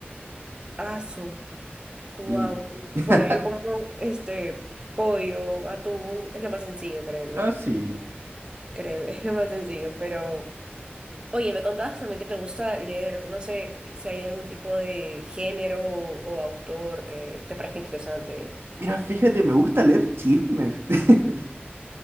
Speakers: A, on the right; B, on the right.
A: aso. Wow.
B: Sí. <laughs>
A: Bueno, yo como este pollo, atún, es lo más sencillo, créeme.
B: Ah, sí.
A: Créeme, <laughs> es lo más sencillo. Pero, oye, me contabas también que te gusta leer. No sé si hay algún tipo de género o, o autor que te parezca interesante.
B: Mira, fíjate, me gusta leer chismes. <laughs>